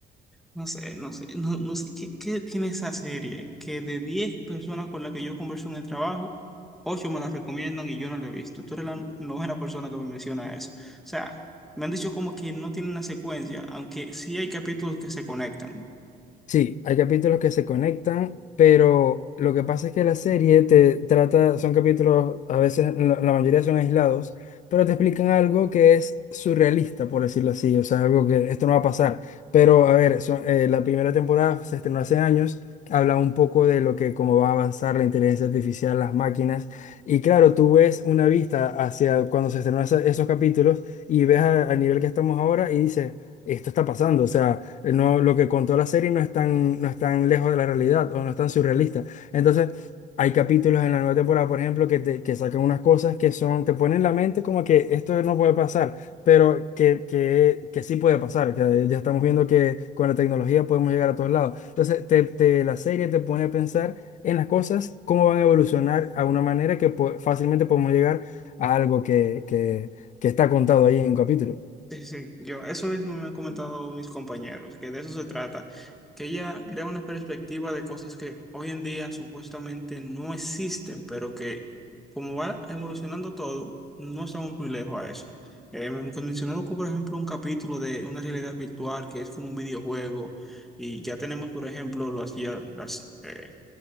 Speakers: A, in the centre; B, on the left (about 45°).
A: No sé, no sé, no, no sé qué, qué tiene esa serie, que de 10 personas con las que yo converso en el trabajo, 8 me la recomiendan y yo no la he visto. Tú eres la novena persona que me menciona eso. O sea, me han dicho como que no tiene una secuencia, aunque sí hay capítulos que se conectan.
B: Sí, hay capítulos que se conectan, pero lo que pasa es que la serie te trata, son capítulos, a veces la la mayoría son aislados, pero te explican algo que es surrealista, por decirlo así, o sea, algo que esto no va a pasar. Pero a ver, son- eh, la primera temporada se estrenó hace años, habla un poco de lo que, cómo va a avanzar la inteligencia artificial, las máquinas, y claro, tú ves una vista hacia cuando se estrenó esa- esos capítulos y ves a- al nivel que estamos ahora y dices, esto está pasando, o sea eh, No, lo que contó la serie no es tan, no es tan lejos de la realidad o no es tan surrealista. Entonces, hay capítulos en la nueva temporada, por ejemplo, que, te, que sacan unas cosas que son, te ponen en la mente como que esto no puede pasar, pero que, que, que sí puede pasar. Que ya estamos viendo que con la tecnología podemos llegar a todos lados. Entonces, te, te- la serie te pone a pensar en las cosas, cómo van a evolucionar a una manera que po- fácilmente podemos llegar a algo que, que, que está contado ahí en un capítulo.
A: Sí, sí, sí. yo eso mismo me han comentado mis compañeros, que de eso se trata, que ella crea una perspectiva de cosas que hoy en día supuestamente no existen, pero que como va evolucionando todo, no estamos muy lejos a eso. Eh, me mencionaron, como, por ejemplo, un capítulo de una realidad virtual que es como un videojuego y ya tenemos, por ejemplo, las, ya- las, eh,